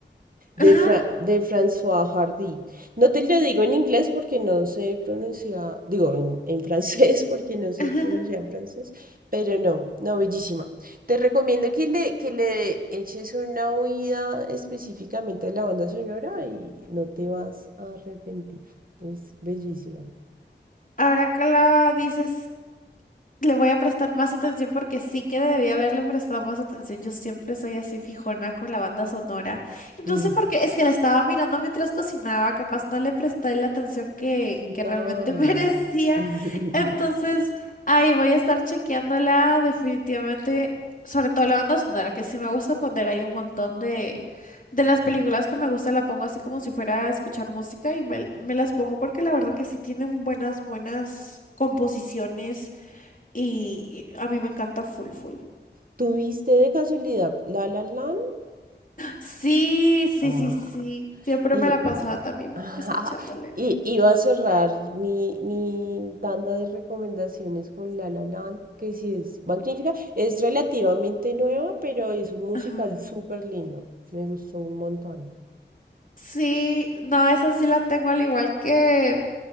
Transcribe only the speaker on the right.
de, Fra- de François Hardy. No te lo digo en inglés porque no sé pronunciar, digo en, en francés <laughs> porque no sé
pronunciar en francés, pero no, no, bellísima. Te recomiendo que le, que le eches una oída específicamente a la banda sonora y no te vas a arrepentir. Es bellísima.
Mm,
Claro.
<laughs>
¿Tuviste de casualidad La La Land?
Ah.
Y
Ajá,
Y iba a cerrar mi, mi tanda de recomendaciones con La La Land, que sí es magnífica. Es relativamente nueva, pero es un musical
súper lindo. Me gustó un montón.